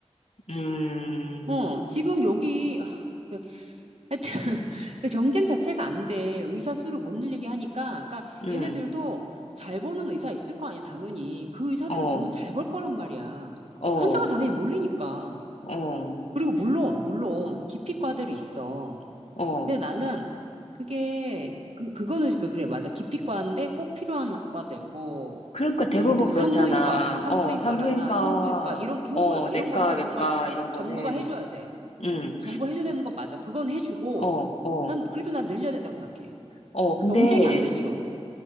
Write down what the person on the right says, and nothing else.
어, 지금 여기, 아, 그, 하여튼, <laughs> 그 경쟁 자체가 안 돼. 의사 수를 못 늘리게 하니까. 그러니까
얘네들도 잘 버는 의사 있을 거 아니야, 당연히. 그 의사들은
돈을 잘 벌 거란 말이야.
환자가 당연히 몰리니까.
그리고 물론, 물론, 기피과들이 있어.
근데 나는 그게, 그, 그거는, 그- 그래, 맞아. 기피과인데 꼭 필요한 과들, 뭐,
예를 들면
산부인과, 산부인과라나
흉부인과, 이런, 흉부외과,
이런 거는
정말
정부가 해줘야 돼.
정부가 해줘야 되는 건 맞아. 그건 해주고,
난, 그래도 난 늘려야 된다고 생각해.
경쟁이 안 돼, 지금.